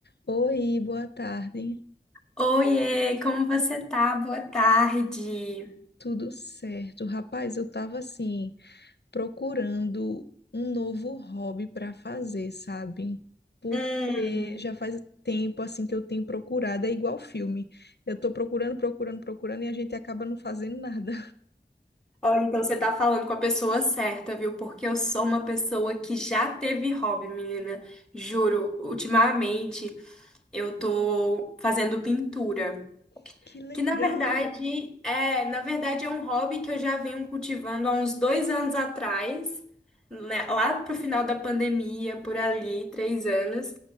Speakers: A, on the left; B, in the centre.
A: Oi, boa tarde.
B: Oiê, como você tá? Boa tarde.
A: Tudo certo? Rapaz, eu tava assim, procurando um novo hobby para fazer, sabe? Porque
B: Hum,
A: já faz tempo assim que eu tenho procurado, é igual filme. Eu tô procurando, procurando, procurando e a gente acaba não fazendo nada.
B: olha, então você tá falando com a pessoa certa, viu? Porque eu sou uma pessoa que já teve hobby, menina. Juro, ultimamente eu tô fazendo pintura,
A: <laughs> Que legal.
B: que na verdade é, na verdade é um hobby que eu já venho cultivando há uns dois anos atrás, né? Lá pro final da pandemia, por ali, três anos.